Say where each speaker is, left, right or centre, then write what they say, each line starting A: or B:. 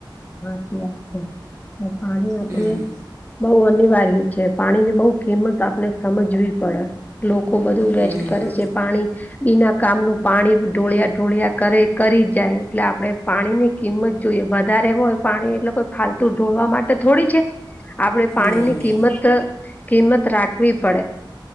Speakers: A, on the left (about 20°); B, on the right (about 35°).
A: હાચી વાત છે અને પાણી આપડે
B: હમ
A: બહુ અનિવાર્ય છે પાણી ની બહુ કિંમત આપને સમજવી પડ. લોકો બધું વેસ્ટ
B: હમ
A: કરે છે પાણી બીના કામનું પાણી ઢોળિયા ઢોળિયા કરે. કરી જ જાય એટલે આપણેે પાણીની કિંમત જોઈએ વધારે એવું હોય પાણી એટલે કોઈ ફાલતુ ઢોળવા માટે થોડી છે. આપણેે પાણીની
B: નહીં નહીં
A: કિંમત કિંમત રાખવી પડે.